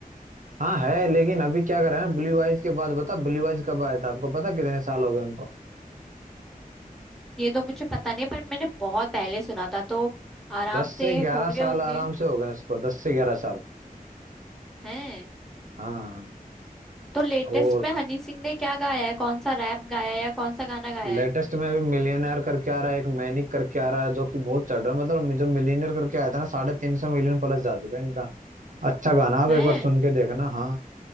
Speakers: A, on the right (about 60°); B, in the centre.
A: हाँ है लेकिन अभी क्या कर रहे हैं ब्लू आइज के बाद बता ब्लू आइज कब आया था आपको पता कितने साल हो गए उनको
B: ये तो मुझे पता नहीं पर मैंने बहुत पहले सुना था तो आराम
A: दस
B: से
A: से ग्यारह
B: हो गए
A: साल
B: होंगे
A: आराम से हो गए उसको दस से ग्यारह साल
B: हैं
A: हाँ
B: तो लेटेस्ट
A: और
B: में हनी सिंह ने क्या गाया है कौन सा रैप गाया है या कौन सा गाना गाया
A: लेटेस्ट
B: है
A: में अभी मिलियनेयर करके आ रहा है एक मैनिक करके आ रहा है जो कि बहुत चढ़ रहा है मतलब जब मिलियनेयर करके आया था ना साढ़े तीन सौ मिलियन प्लस जा चुका है इनका अच्छा गाना आप
B: हैं
A: एक बार सुन के देखना हाँ